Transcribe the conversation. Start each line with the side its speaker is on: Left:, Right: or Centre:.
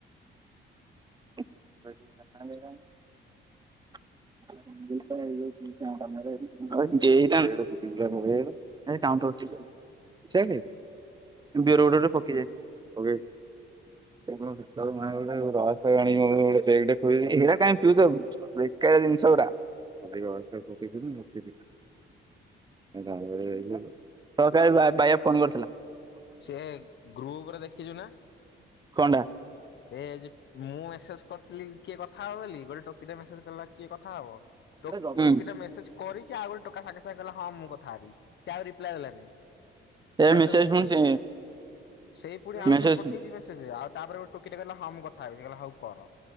Right: <unintelligible> ଷ ଗ ସକାଳେ ଫ କରିୁଥିଲା <inaudible>
Left: ସେ ଗ୍ରୁପରେ ଦେଖିଛୁ ନା
Right: କଣ
Left: ଏ ମୁଁ ମେସେଜ କରିଥିଲି କିଏ କଥା ହବ ବୋଲିି ଗୋ ଟକି ମେଜ୍ କରଲା କିଏ କଥା ହବ
Right: ଟା ହୁଁ
Left: ଟୋକି ଟା ମେସେଜ କରିଛି ଆଉ ଗୋ ଟୋକା ସାଙ୍ଗେ ସାଙ୍ଗେ କଲା ହଁ ମୁଁ କଥା ହେବି ସେ ଆଉ ରିପ୍ଲାଏ ଦେଲାନି
Right: ଏ
Left: ତାପରେ
Right: ମେସେଜ
Left: ମୁଁ
Right: ପୁଣି ସେ
Left: ସେଇ ପୁଣି ଆଉଥରେ
Right: ମେସେଜ
Left: ପଠେଇଛି ମେସେଜ ଆଉ ତାପରେ ଗୋଟେ ଟୋକିଟ କିଲ ହ କଥା ସେହ ହଉ କର